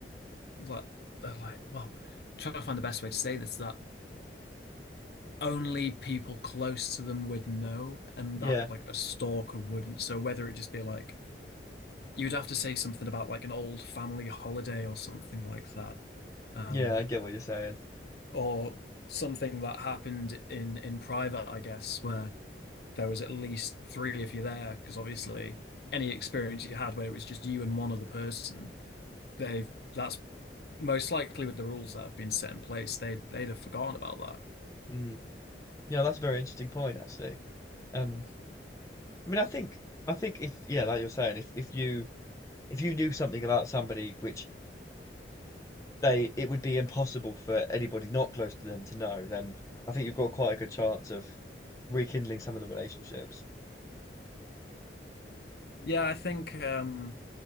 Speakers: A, on the left (about 60°); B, on the left (about 20°).
A: like uh, like well, I'm trying to find the best way to say this that only people close to them would know and
B: Yeah,
A: that like a stalker wouldn't. So whether it just be like you'd have to say something about like an old family holiday or something like that. Um
B: yeah, I get what you're saying.
A: or something that happened in in private, I guess, where there was at least three of you there, because obviously any experience you had where it was just you and one other person, they've that's most likely with the rules that have been set in place, they'd they'd have forgotten about that.
B: Mm. Yeah, that's a very interesting point actually. Um, I mean, I think I think if yeah, like you're saying, if if you if you knew something about somebody which they it would be impossible for anybody not close to them to know, then I think you've got quite a good chance of rekindling some of the relationships.
A: Yeah, I think um